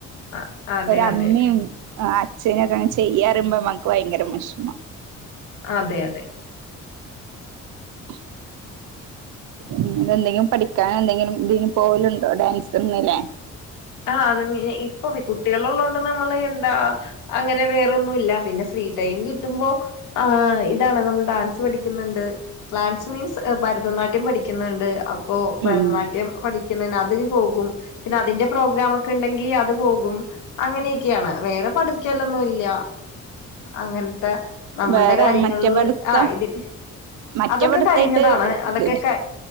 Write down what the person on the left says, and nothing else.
അ- അതെ
അതെ.
അതെ അതെ.
ആഹ് ഇപ്പൊ കുട്ടികള് ഉള്ളതോണ്ട് നമ്മള് എന്താ അങ്ങനെ വേറൊന്നും ഇല്ല. പിന്നെ ഫ്രീ ടൈം കിട്ടി. ട്ടുമ്പോ ഇതാണ് നമ്മൾ ഡാൻസ് പഠിക്കുന്നുണ്ട് ഡാൻസ് മീൻസ് ഭരതനാട്യം. പഠിക്കുന്നുണ്ട് അപ്പോ ഭരതനാട്യം
പഠിക്കുന്ന അതിന് പോകും പിന്നെ അതിന്റെ. പ്രോഗ്രാമക്കെ ഉണ്ടെങ്കി അത് പോകും. അങ്ങനെയൊക്കെയാണ് വേറെ പഠിക്കാലൊന്നും ഇല്ല അങ്ങനത്തെ. നമ്മളുടെ
കാര്യങ്ങളില്
ആഹ് ഇതി
അതൊക്കെ
കഴിഞ്ഞതാണ് അതൊക്കെ.
ക